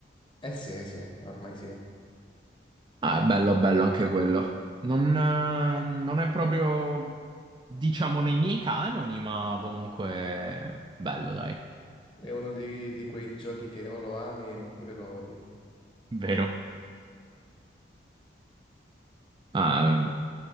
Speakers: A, on the left; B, on the right.
A: Eh sì, eh sì, ormai sì.
B: Ah, è bello, bello anche quello. Non, eh, non è proprio, diciamo, nei miei canoni, ma comunque bello, dai,
A: È uno di, di quei giochi che o lo ami oppure lo odi.
B: vero. Ah,